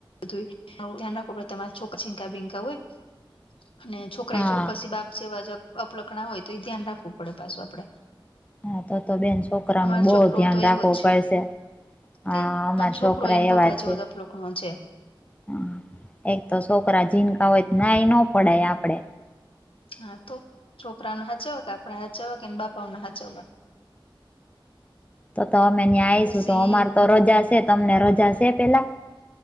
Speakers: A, on the left; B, on the left.
A: બધું યે ધ્યાન રાખવું પડે તમારે છોકરિ છીંકા બીંકા હોય અને છોકરા
B: હા.
A: જો પછી બાપ જેવા જ અપલખણા હોય તો ઈ ધ્યાન રાખવું પડે પાછું આપડે.
B: હા તો-તો બેન છોકરા
A: અમારો
B: નું બહુ
A: છોકરો
B: ધ્યાન
A: તો
B: રાખવું
A: એવો જ છે
B: પડશે. હા
A: તે
B: અમારા
A: અમારો છોકરો
B: છોકરા
A: એને પપ્પા
B: એવા જ છે.
A: <unintelligible>
B: હા. એક તો છોકરા જીનકા હોય તો ના એ ન પડાય આપડે.
A: હા તો. છોકરાવને હાચવવા કે આપણા હાચવવા કે એન બાપાઓને હાચવવા.
B: તો-તો અમે ન્યાં આઈશું
A: બસ
B: તો
A: ઈ
B: અમારે તો રજા સે, તમને રજા સે પેલા?